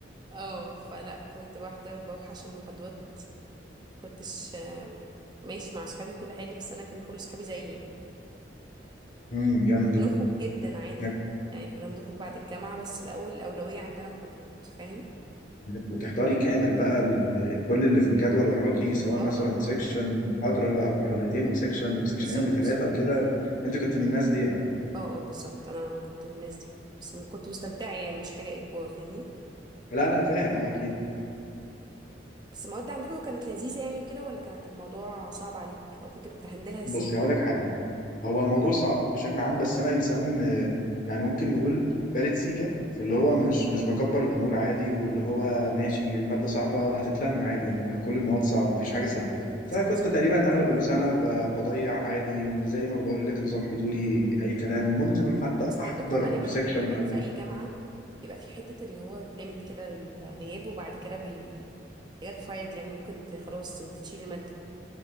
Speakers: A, on the right; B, on the left.
A: اه فلا كنت واحده بوحش المحاضرات كنتش ماشي مع صحابي كل حاجه بس انا كان كل صحابي زيي يعني
B: امم جامد جدا
A: بنخرج جدا عادي
B: هناك-
A: يعني كنا بنخرج بعد الجامعه بس الاول الاولويه عندنا محاضرات فاهم
B: هناك. وتحضري كامل بقى ال- كل اللي في الجدول وراكي سواء
A: اه
B: مثلا
A: اه
B: سيكشن ومحاضرة او محاضرتين وسيكشن وسيكشنين
A: بالظبط
B: وثلاثة وكده انت كنت من الناس دي يعني
A: اه اه بالظبط انا كنت من الناس دي بس م- كنت مستمتعه يعني مش حاجه اجبار فاهمني
B: لا لا انا فاهم اه اكيد
A: بس المواد عندكم كانت لذيذه يعني وكده ولا كانت الموضوع صعب عليك او كنت بتهندلها ازاي
B: بصي هقول لك حاجة هو الموضوع صعب بشكل عام بس انا انسان آه، يعني ممكن نقول بارد سيكا فاللي هو مش مش بكبر الامور عادي واللي هو ماشي الماده صعبه هتتلم عادي يعني ما كل المواد صعبه مفيش حاجه
A: امم
B: سهله فكنت
A: صح صح
B: تقريبا
A: كده
B: اغلب السنه ب- بضيع عادي زي ما بقول لك نظام حضوري اي كلام ممكن حتى
A: بس
B: احضر
A: عندكم غالبا
B: سيكشن
A: غالبا
B: او
A: في اي جامعه بيبقى في حته اللي هو ليميت كده للغياب وبعد كده بي حاجات فايد يعني ممكن ت... خلاص انت تشيل الماده